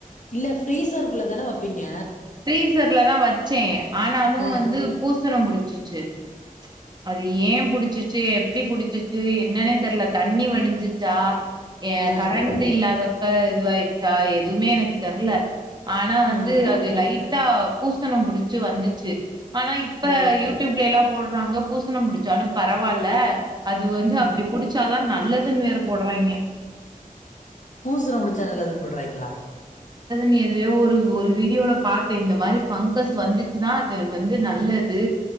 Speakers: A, on the left; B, on the right.
A: இல்ல ஃப்ரீசருக்குள்ள தான வப்பீங்க
B: ஃப்ரீசர்லதான் வச்சேன் ஆனாலும்
A: ஆ
B: வந்து பூச பூசனம் புடிச்சிச்சு அது ஏன் புடிச்சிச்சு எப்டி புடிச்சிச்சு என்னன்னே தெரில தண்ணி வடிஞ்சிச்சா ஏ
A: ஆ
B: கரண்ட்டு இல்லாத இப்ப இதுவாயிருச்சா எதுவுமே எனக்கு தெர்ல ஆனா வந்து
A: ஆ
B: அது லைட் டா பூசணோ புடிச்சு வந்துச்சு ஆனா இப்ப
A: ஆ
B: யூ டியூப்ல எல்லா போடுறாங்க பூசண புடிச்சாலும் பரவாயில்ல அது வந்து
A: ஆ
B: அப்டி புடிச்சாதா நல்லது மிஷன்ல வேற போடுறாய்ங்க
A: பூசனோ புடிச்சா நல்லதுன்னு போடுறாய்ங்களா
B: நீ எதையோ ஒரு ஒரு வீடியோல பாத்தே இந்த மாதிரி பங்கஸ் வந்துச்சுன்னா அது வந்து நல்லது